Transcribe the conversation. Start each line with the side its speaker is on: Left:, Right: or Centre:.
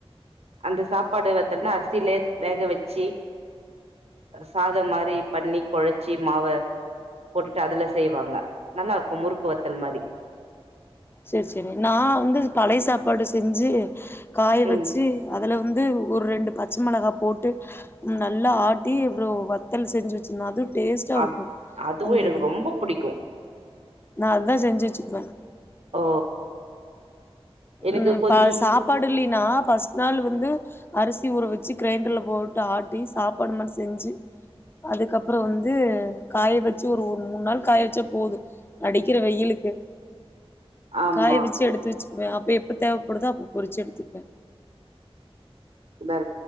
Right: அந்த சாப்பாடு வத்தல்னா அர்சிலே வேக வெச்சு சாதம் மாரி பண்ணி குழச்சி மாவ போட்டுட்டு அதுல செய்வாங்க நல்லா இருக் முறுக்கு வத்தல் மாரி
Left: செரி செரி நா வந்து பழைய சாப்பாடு செஞ்சு காய
Right: ம்
Left: வச்சு அதுல வந்து ஒரு ரெண்டு பச்சை மிளகா போட்டு நல்லா ஆட்டி எ வத்தல் செஞ்சு வச்சுருந்தா அது டஸ்ட்டா
Right: அத்
Left: இருக்கும்
Right: அதுவு
Left: அந்தது
Right: எனக்கு ரொம்ப புடிக்கு
Left: நான் அததான் செஞ்சு வச்சுக்குவேேன்
Right: ஓ எனக்கு
Left: உம் இப்ப
Right: கொஞ்சம்
Left: சாப்பாடு இல்லனா பஸ்ட் நாள் வந்து அ ி ஊற வச்சு கிரைண்டர்ல போயட்டு ஆட்டி சாப்பாடு மாதிரி செஞ்சு அதுக்கப்புறம் வந்து காய வச்சு ஒரு ஒ மூணு நாள் காய வச்சா போது நடிக்கிற வெயிலுக்கு
Right: ஆமா
Left: காய் வச்சு எடுத்து வச்சு அப்ப எப்ப தேவைப்படுதோ அப்ப பொரிச்சு எடுத்துக்கேன்
Right: மே